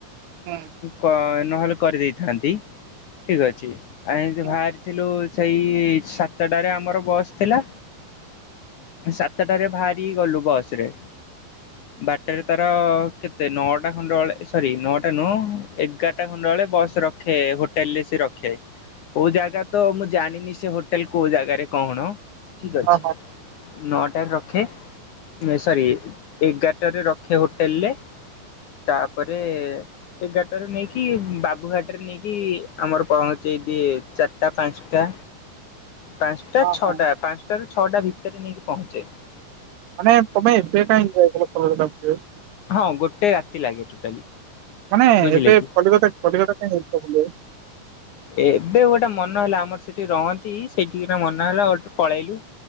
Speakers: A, on the right; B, on the left.
A: ହଁ।
B: କ ନହେଲେ କରିଦେଇଥାନ୍ତି ଠିକ୍ ଅଛି ଆମ
A: ହୁଁ
B: ବାହାରିଥିଲୁ ସେଇ ସାତଟାରେ ଆମର ବସ୍ ଥିଲା ସାତଟାରେ ବାହାରି ଗଲୁ ବସ୍ ରେ
A: <inaudible>
B: ବାରଟାରେ ତାର କେତେ ନଅଟା ଖଣ୍ଡଳେ ସରି ନଅଟା ନୁହଁ ଏଗାରଟ ଟାଖଣ୍ଡା ବେଳେ ବସ୍ ରଖେ ହୋଟେଲ୍ ରେ ସେ ରଖେ କୋଉଜାଗାତ ମୁଁ ଜାଣିନି ସେ ହୋଟେଲ୍ କୋଉ ଜାଗାରେ କଣ ଠିକ୍ ଅଛି
A: ଓହୋ
B: ନଅଟାରେ ରଖେ ସରି ଏଗାରଟାରେ ର ସେ ହୋଟେଲ୍ ରେ ତାପରେ ଏଗାଟାରୁ ନେଇକି ବାବୁଘାଟରେ ନେଇକି ଆମର ପହ ଞ୍ଚେକି ଚାରିଟା ପାଞ୍ଚଟା ପାଞ୍ଚଟା
A: ହଁ
B: ଛଅଟା
A: ହଁ
B: ପାଞ୍ଚ ପାଞ୍ଚଟାରୁ ଛଅଟା ଭିତରେ ନେଇକି ପହଞ୍ଚେଇ ଦିଏ।
A: ମାନେ ତମେ ଏତେ ଟାଇମ୍ ଯାଇଥିଲ କଲର୍ ବାଛିବାକୁ?
B: ହଁ ଗୋଟେ ରାତି ଲାଗେ ଟୋଟାଲି।
A: ମାନେ
B: ବୁଝିଲେ
A: ଏବେ
B: କି
A: କଲିକତା କଲିକତା କାଇଁ ଯାଇଥିଲ ବୁଲିବାକୁ?
B: ଏବେ ଗୋଟେ ମନ ହେଲା ଆମର ସେଠି ରହନ୍ତି ସେଇଠିକି ମନେ ହେଲା ଗୋଟେ ପଳେଇଲୁ।